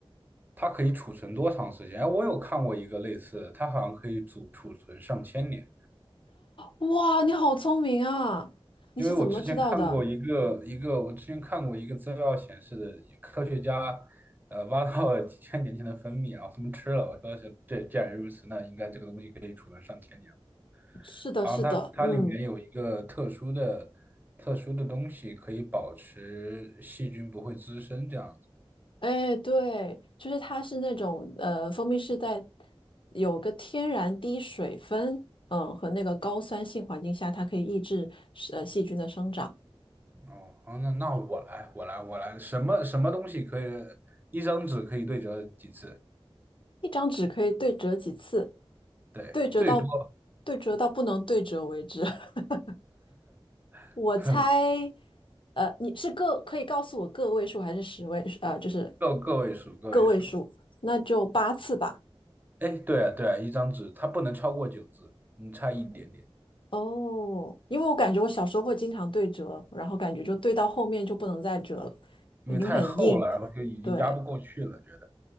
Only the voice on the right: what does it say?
它可以储存多长时间？哎，我有看过一个类似的，它好像可以储储存上千年。
因为我之前看过一个一个，我之前看过一个资料显示的，科学家呃挖到了几千年前的蜂蜜，然后他们吃了。我说是这既然如此，那应该这个东西可以储存上千年。
好像它它里面有一个特殊的特殊的东西，
可以保持细菌不会滋生这样。子。
哦，好那那我来，我来，我来，什么什么东西可以一张纸可以对折几次？
对，
最多
<laughs>
个个位数，个位数。
哎，对啊，对啊，一张纸它不能超过九字，你差一点点，
因为太厚了，
然后就已经压不过去了，
觉得。